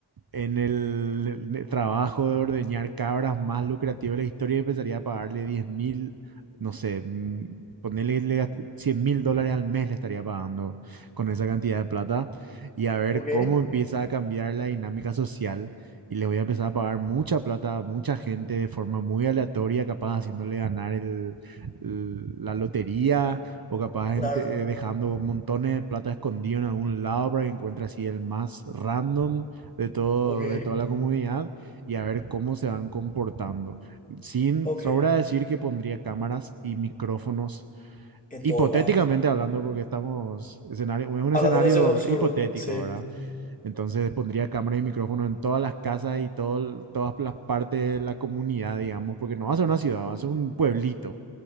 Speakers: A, on the right (about 50°); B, on the left (about 15°).
A: en el trabajo de ordeñar cabras más lucrativo de la historia, empezaría a pagarle diez mil, no sé, mm, ponerle le gast- 100 mil dólares al mes le estaría pagando con esa cantidad de plata y a ver
B: Ok,
A: cómo empieza a cambiar la dinámica social. Y les voy a empezar a pagar mucha plata a mucha gente de forma muy aleatoria, capaz haciéndole ganar el- el- la lotería o capaz
B: claro,
A: ente- eh, dejando montones de plata escondido en algún lado para que encuentre así el más random de todo,
B: ok,
A: de toda la comunidad y a ver cómo se van comportando. Sin
B: ok.
A: sobra decir que pondría cámaras y micrófonos,
B: en
A: hipotéticamente
B: todos lados.
A: hablando, porque estamos, escenario, es un
B: Hablando
A: escenario
B: de ese absurdo,
A: hipotético,
B: sí,
A: ¿verdad? Entonces pondría cámaras y micrófonos en todas las casas y todo, todas las partes de la comunidad, digamos, porque no va a ser una ciudad, va a ser un pueblito